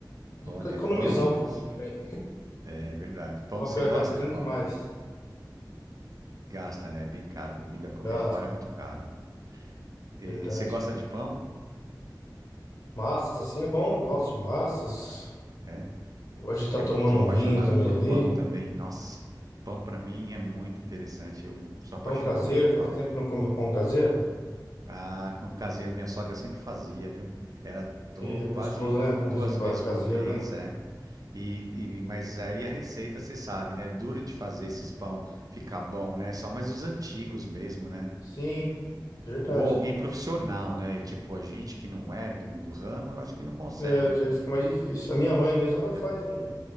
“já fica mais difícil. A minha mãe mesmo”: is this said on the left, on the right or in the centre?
Left